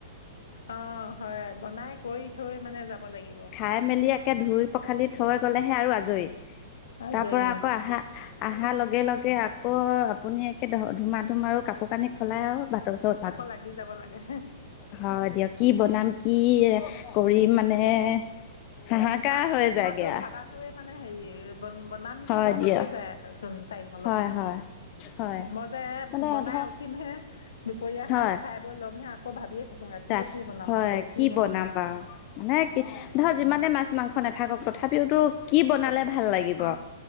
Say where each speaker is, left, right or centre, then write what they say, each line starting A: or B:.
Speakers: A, on the left; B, on the left.
A: অ', হয়, বনাই কৰি থৈ মানে যাব লাগিব
B: খাই মেলি একে ধুই পখালি থৈ গলেহে আৰু আজৰি।
A: আজৰি
B: তাৰ পৰা আকৌ আহা আহা লগে লগে আকৌ আকৌ আপুনি একে ধুমা ধুম আৰু কাপোৰ কানি খলাই আৰু ব
A: আকৌ লাগি যাব লাগে
B: হয় দিয়ক, কি বনাম কি? কৰিম মানে। হাহাকাৰ
A: ভাত
B: হৈ
A: বনোৱাটো
B: যায়গে আ
A: ভাবাটোয়েই মানে হেৰি বন বনাম কি
B: হয়
A: ভাবোতেই
B: দিয়ক
A: যায়চোন টাইম অলপ।
B: হয় হয় হয়
A: মই যে
B: মানে
A: বনাই
B: ধৰ
A: উঠিমহে দুপৰীয়া
B: হয়
A: সাজ খাই বৈ ল'মহে, আকৌ ভাবিয়েই থাকো ৰাতিলৈ
B: ৰাত
A: কি বনাম
B: হয়
A: আকৌ কি বনাম?
B: বাৰু মানে কি, ধৰ যিমানে মাছ মাংস নাথাকক তথাপিওতো কি বনালে
A: অ
B: ভাল লাগিব?
A: অ